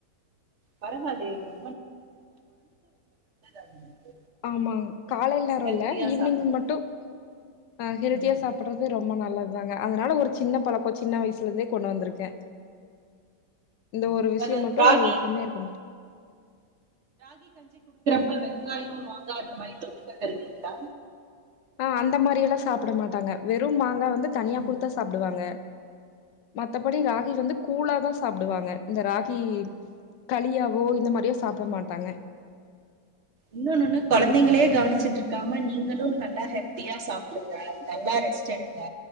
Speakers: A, on the right; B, on the left.
A: பரவாலியே இதுரோ அவங்களுக்கு
B: ஆமா காலைல் நேரோ
A: ஹெல்த்தியா
B: இல்ல ஈவ்னிங்
A: சாப்பிடுறது
B: மட்டு அ ஹெல்தியா
A: ம்
B: சாப்புட்றது ரொம்ப நல்லத்தாங்க அதனால ஒரு சி சின்ன பழக்கோ சின்ன வய்சுல இருந்தே கொண்டு வந்ருக்கே இந்த ஒரு
A: இப்ப
B: விஷிய மட்டு
A: ராகி
B: எப்போமே இருக்க மது
A: இப்ப வெங்காயோ மாங்கா அந்த மாரி தொட்டுக்க தருவீங்ளா
B: ஆ அந்த மாரியெல்லா சாப்ட மாட்டாங்க வெறு மாங்கா ந்து தனியா
A: ம்
B: குடுத்தா சாப்டுவாங்க மத்தபடி ராகி வந்து கூழாதா சாப்டுவாங்க இந்த ராக் கி களியாவோ இந்த மாரியோ சாப்ட மாட்டாங்க
A: இன்னொன்னு கொழந்தைங்களே கவனிச்சுட்டு இருக்காம நீங்களு நல்லா ஹெல்த்தியா சாப்டுங்க நல்லா ரெஸ்ட் எடுங்க